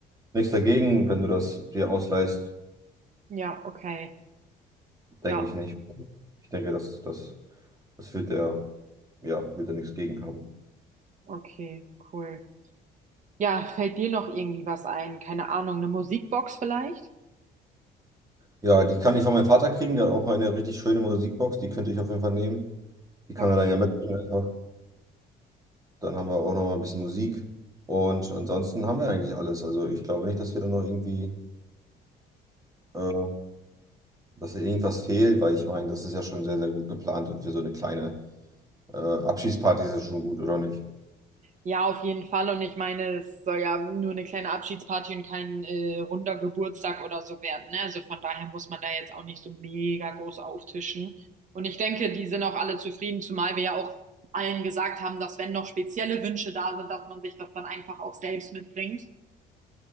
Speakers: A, on the right; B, on the right.
A: nichts dagegen, wenn du das dir ausleihst.
B: Ja, okay. Ja,
A: Denke ich nicht. Ich denke, dass das, das wird er, ja, wird er nichts gegen haben.
B: okay, cool. Ja, fällt dir noch irgendwie was ein? Keine Ahnung, eine Musikbox vielleicht?
A: Ja, die kann ich von meinem Vater kriegen. Der hat auch eine richtig schöne Musikbox. Die könnte ich auf jeden Fall nehmen. Die kann
B: Okay.
A: er dann ja mitbringen einfach. Dann haben wir auch noch mal ein bisschen Musik. Und ansonsten haben wir eigentlich alles. Also ich glaube nicht, dass wir da noch irgendwie, äh, dass da irgendwas fehlt, weil ich meine, das ist ja schon sehr, sehr gut geplant und für so eine kleine äh, Abschiedsparty ist es schon gut, oder nicht?
B: Ja, auf jeden Fall. Und ich meine, es soll ja nur eine kleine Abschiedsparty und kein äh, runder Geburtstag oder so werden. Ne? Also von daher muss man da jetzt auch nicht so mega groß auftischen. Und ich denke, die sind auch alle zufrieden, zumal wir ja auch allen gesagt haben, dass wenn noch spezielle Wünsche da sind, dass man sich das dann einfach auch selbst mitbringt.